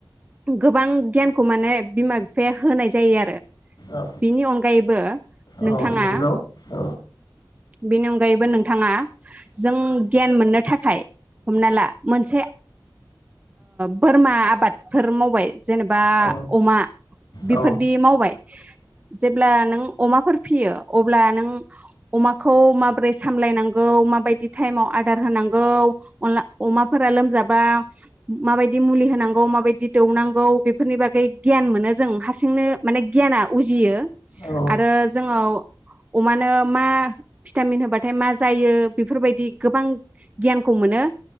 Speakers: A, on the right; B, on the left.
A: गोबां गियानखौ माने बिमा बिफाया होनाय जायो आरो
B: औ
A: बिनि अनगा गायबो
B: औ
A: नोंथाङा
B: नंगौ औ
A: बेनि अनगायैबो नोंथाङा जों गियान मोननो थाखाय हमना ला मोनसे बोरमा आबादफोर मावबाय जेनेबा
B: औ
A: अमा बेफोरदि
B: औ
A: मावबाय। जेब्ला नों अमाफोर फियो अब्ला नों अमाखौ माबोरै सामलायनांगौ माबायदि टाइमाव आदार होनांगौ अनला अमाफोरा लोमजाबा माबायदि मुलि होनांगौ माबायदि दौनांगौ बेफोरनि बागै गियान मोनो जों हारसिंनो माने गियाना उजियो आरो
B: औ
A: जोङो अमानो मा भिटामिन होबाथाय मा जायो बेफोरबायदि गोबां गियानखौ मोनो